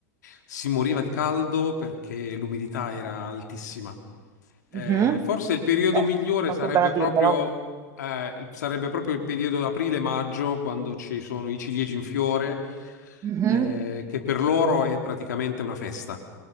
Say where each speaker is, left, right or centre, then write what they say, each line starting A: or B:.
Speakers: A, on the left; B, on the right.
A: si moriva di caldo perché l'umidità era altissima. Eh,
B: Mh-mh.
A: forse il periodo
B: Eh,
A: migliore
B: fatto
A: sarebbe
B: bene a dirmelo.
A: proprio, eh, sarebbe proprio il periodo da aprile-maggio, quando ci sono i ciliegi in fiore,
B: Mh-mh.
A: eh, che per loro è praticamente una festa.